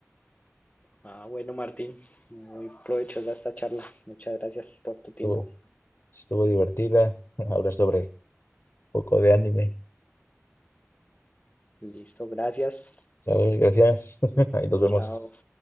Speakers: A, on the left; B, on the left.
A: Ah, bueno, Martín, muy provechosa esta charla. Muchas gracias por tu tiempo.
B: Estuvo, estuvo divertida <laughs> hablar sobre un poco de anime.
A: Listo, gracias.
B: ¿Sabes? Gracias. <laughs> Ahí nos vemos.
A: Chao.